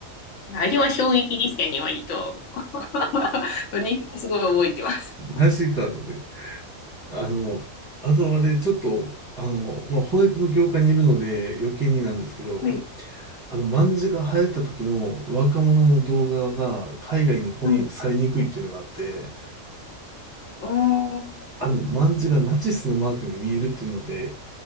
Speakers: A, on the left; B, on the right.
A: あれは衝撃でしたね、割と。<laughs> 私もすごい覚えてます。
B: マジかと思ってあの、あとあれ、ちょっと、あの、まあ、翻訳の業界にいるので余計になんですけど、
A: はい。
B: あの、卍が流行った時の若者の動画が海外に翻訳されにくいっていうのがあって、
A: はい。おー。
B: あの、卍がナチスのマークに見えるっていうので、